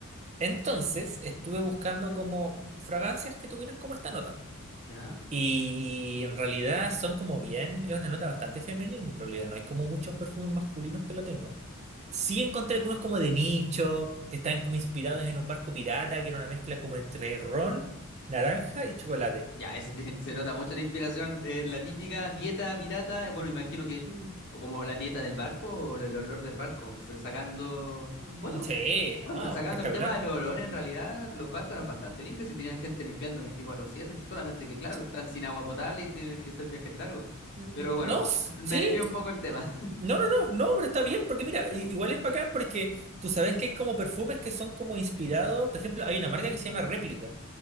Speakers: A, on the right; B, on the left.
A: Entonces, estuve buscando como fragancias que tuvieran como esta nota.
B: ¿Ya?
A: Y en realidad son como bien, es una nota bastante femenina, en realidad no hay como muchos perfumes masculinos que lo tengan. Sí encontré algunos como de nicho, que están como inspirados en un barco pirata, que era una mezcla como entre ron, naranja y chocolate.
B: Ya, ese tiene- se nota mucho la inspiración. eh, la típica dieta pirata, eh, bueno, imagino que,
A: Mm.
B: o como la dieta del barco, o el olor del barco, sa- sacando,
A: Mm,
B: bueno,
A: Sí,
B: bueno,
A: no,
B: sacando
A: espectacular.
B: el tema del olor, en realidad los barcos eran bastante limpios y tenían gente limpiando veinticuatro siete solamente que, claro,
A: Sí.
B: están sin agua potable y tienen que hacer viajes largos.
A: Mm,
B: Pero
A: mm,
B: bueno,
A: No, s-
B: me
A: sí,
B: desvío un poco el tema. <laughs>
A: no, no, no, no, pero está bien, porque mira, i- igual es bacán porque tú sabes que hay como perfumes que son como inspirados, por ejemplo, hay una marca que se llama Réplica.